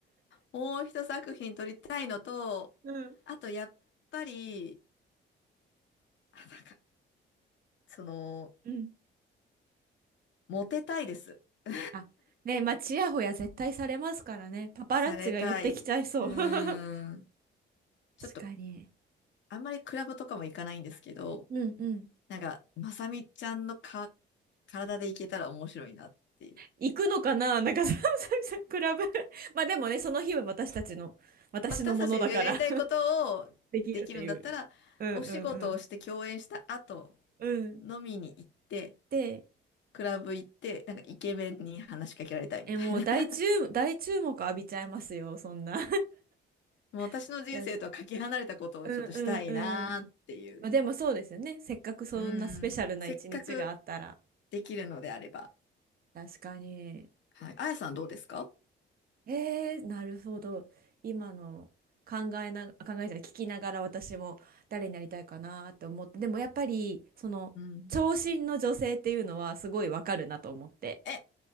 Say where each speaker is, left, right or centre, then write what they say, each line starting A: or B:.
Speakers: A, on the left; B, on the right.
A: もう一作品撮りたいのと、
B: <laughs> うん。
A: あとやっぱり、あ、なんか、その、
B: うん。
A: モテたいです。<laughs>
B: あ、ね、まあ、ちやほや絶対されますからね。パパラッチが寄ってきちゃいそう。
A: されたい。うーん。
B: <laughs> 確
A: ちょっと、
B: かに。
A: あんまりクラブとかも行かないんですけど、
B: うんうん。
A: なんか、まさみちゃんのか、体で行けたら面白いなっていう。
B: 行くのかななんか、ささみさん、クラブ。<laughs> まあでもね、その日は私たちの、私のものだから
A: 私たちがやりたいことをできるんだったら、
B: <laughs> できるっていう。うんうん
A: お仕事をして共演した後、
B: うん。うん。
A: 飲みに行って、
B: で、
A: クラブ行って、なんかイケメンに話しかけられたいみたいな。
B: え、もう大注、
A: <laughs>
B: 大注目浴びちゃいますよ、そんな。
A: もう私の人生とはかけ離れたことをちょっとしたいなーっていう。
B: <laughs> 確か。うんうんうん。まあでもそうですよね。せっかくそんなスペシャルな一日があったら。
A: うん。せっかくできるのであれば。
B: 確かに。
A: はい。あやさんどうですか
B: えー、なるほど。今の考えな、考えじゃない、聞きながら私も誰になりたいかなって思って、でもやっぱり、その、
A: うん。
B: 長身の女性っていうのはすごいわかるなと思って。
A: え、